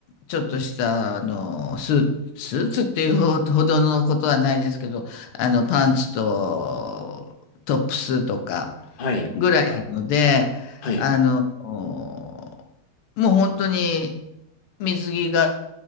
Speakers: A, on the left; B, on the left.
A: ちょっとした、あの、スー、スーツっていうほどのことはないですけど、あの、パンツとトップスとか
B: はい。
A: ぐらいなので、
B: はい。
A: あの、もう本当に水着が